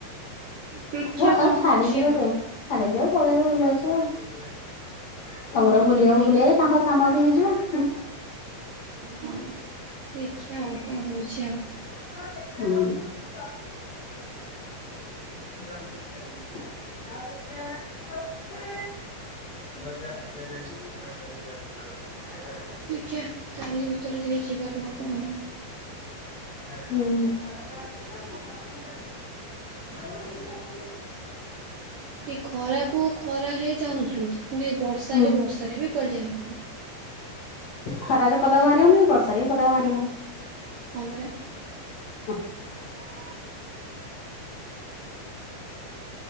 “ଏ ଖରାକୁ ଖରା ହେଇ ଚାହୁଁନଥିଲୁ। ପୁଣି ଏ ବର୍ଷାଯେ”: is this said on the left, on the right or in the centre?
Right